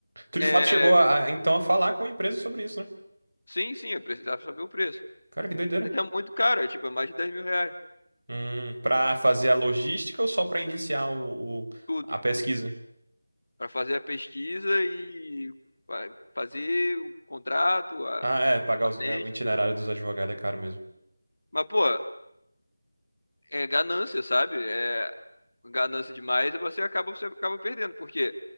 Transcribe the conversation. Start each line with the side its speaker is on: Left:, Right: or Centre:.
Right: Tu de
Left: É,
Right: fato chegou a, a, então a falar com a empresa sobre isso, né?
Left: sim, sim, eu precisava saber o preço.
Right: Cara, que doideira.
Left: É que é muito caro, é tipo, é mais de dez mil reais,
Right: Hum, pra fazer a logística ou só pra iniciar o, o-
Left: tudo.
Right: a pesquisa?
Left: Pra fazer a pesquisa e fa- fazer o contrato, a
Right: Ah, é, pagar
Left: patente,
Right: os- é, o itinerário dos advogados é caro mesmo.
Left: Mas, pô, é ganância, sabe? É ganância demais e você acaba, você acaba perdendo. Porque